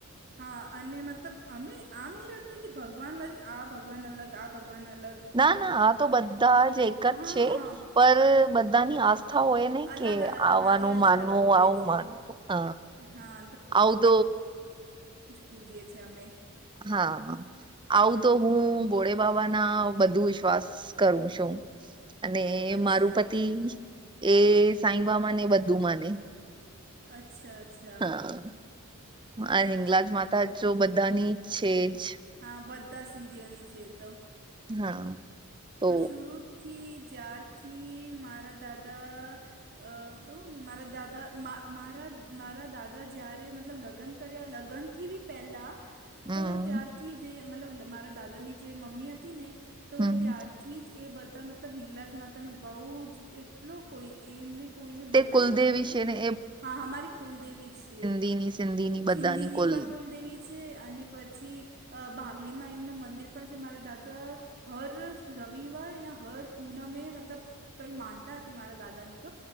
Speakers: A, on the right (about 45°); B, on the right (about 20°).
A: હા, અને મતલબ અમે આમ ની રાખતા કે ભગવાનમાંથી આ ભગવાન અલગ આ ભગવાન અલગ
B: ના, ના, આ તો બધા જ એક જ
A: હા
B: છે પર બધાની આ હોય નહ
A: અલગ
B: કે
A: અલગ
B: આવાનું
A: હા એ અલગ
B: માનવું
A: અલગ હોય
B: આવું
A: છે
B: માનવુ હ
A: હા
B: હદ
A: પૂજીીએ છે અમે
B: હા આવું
A: હા
B: તો હું ભોડે બાબા ના બધું વિશ્વાસ કરું છું. અને
A: અચ્છા
B: મારું પતિ એ સાઈબાબા ને બધુ માને
A: અચ્છા અચ્છા
B: હા. અને
A: અચ્છા
B: હિંગલાજ માતા જો બધાની જ છે જ.
A: હા બધા સિંધીઓની છે એ તો.
B: હા. તો
A: પણ શુરુ થી જ્યારથી મારા દાદા અ કહું ને મારા દાદા મારા મારા દાદા જ્યારે મતલબ લગ્ન કરયા લગ્ન થી બી પેલા
B: હમ
A: તો ત્યારથી જે મતલબ મારા દાદાની જે મમ્મી હતી ને તો
B: હમ
A: ત્યાં ત્યાર થી જ એ બધા મતલબ હિંગલાજ માતા ને બો જ એટલો કોઈ એમને કોઈને
B: તે
A: બતાવ્યું
B: કુલદેવી
A: હતું
B: છે ને
A: હા અમારી કુલદેવી છે.
B: કૂલદેવી સિંધીની. બધાની
A: સિંધીની
B: કુલ
A: પણ કુલદેવી છે અને પછી અ ભાગલીમાં એમનું મંદિર પણ છે મારા દાદા હર રવિવાર યા હર પૂનમે મતલબ કઈ માનતા હતી મારા દાદાની તો